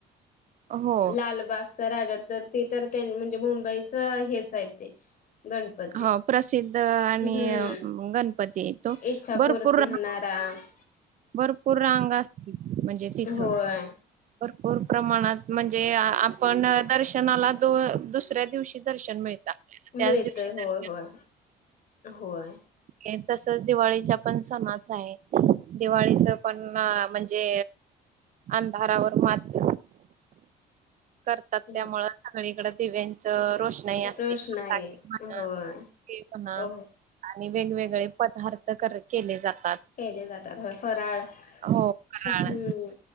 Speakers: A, on the right (about 50°); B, on the left (about 55°).
A: हो
B: लालबागचा राजा तर ते तर त्यां म्हणजे मुंबईच हेच आहे ते गणपती
A: हो प्रसिद्ध आणि
B: हम्म
A: अं गणपती आहे तो.
B: इच्छापूर्ती
A: भरपूर
B: होणार तर
A: भरपूर रांग असतील म्हणजे तिथं
B: होय
A: भरपूर प्रमाणात म्हणजे आपण दर्शनाला दो दुसऱ्या दिवशी दर्शन मिळत आपल्याला त्याच
B: मिळतय
A: दिवशी
B: होय होय होय
A: हे तसचं दिवाळीच्या पण सणाच आहे. दिवाळीच पण म्हणजे, अंधारावर मात करतात त्यामुळे
B: ह
A: सगळीकडं दिव्यांचं रोशन- नाही असतेय
B: रोषणाई
A: <unintelligible> म्हणा
B: होय
A: ते म्हणा
B: हो हो
A: आणि वेगवेगळे पदार्थ कर् केले जातात.
B: केले जातात व्हय फराळ.
A: हो फराळ
B: हम्म